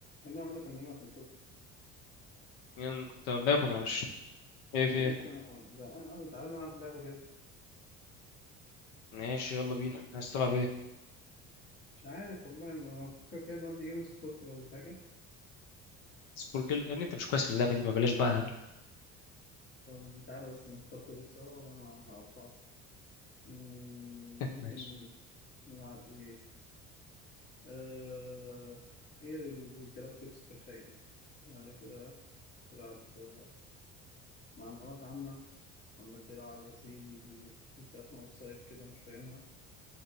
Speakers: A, on the left (about 40°); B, on the left (about 85°).
A: يا ابني عمال اكلمك مترد
B: يلا كنت باكل معلش ايه في
A: معلش
B: ايه
A: انا زهقان قوي تعالى نلعب لعبه كده
B: ماشي يلا بينا عايز تلعب ايه
A: مش عارف والله ما بفكر كده نودي جيم سبوركل ولا حاجه
B: سبوركل يا ابني انت مش كويس في اللعبه دي ما بلاش بقى هبل
A: طب تعالى بس نختار توبيك سوا وانا هقطعك مم، ممكن
B: ماشي
A: نلعب ايه آه... ايه الرجاله التوكسيك الخاينه يعني كده تلعب آه، معلومات عامه ولا تلعب يا سيدي في بتاع اسمها اوف سايد كده مش فاهمها